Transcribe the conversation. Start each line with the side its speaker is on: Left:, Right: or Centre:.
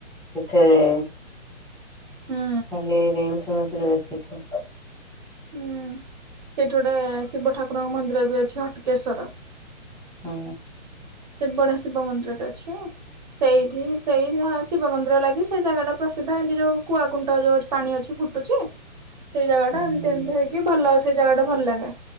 Centre: ଏଥିରେ
Right: ହୁଁ
Centre: ହେଲେ ରିଲସ ଫିସରେ ଦେଖିଛି।
Right: ହୁଁ ସେଇଠି ଗୋଟେ ଶିବ ଠାକୁରଙ୍କ ମନ୍ଦିର ବି ଅଛି ଅଟକେଶ୍ଵର।
Centre: ଉଁ।
Right: ସେଇଠି ବଢିଆ ଶିବ ମନ୍ଦିରଟେ ଅଛି। ସେଇଠି ସେଇ ଶିବ ମନ୍ଦିର ଲାଗି ସେଇ ଜାଗାଟା ପ୍ରସିଦ୍ଧ ଏମିତି ଯୋଉ କୁଆକୁଣ୍ଟ ଯୋଉ ଅଛି। ପାଣି ଅଛି ଫୁଟୁଛି ସେଇ ଜାଗା
Centre: ହୁଁ
Right: ଟା ଏମିତି ଏମତି ହେଇକି କି ଭଲ ସେଇ ଜାଗା ଟା ଭଲ ଲାଗେ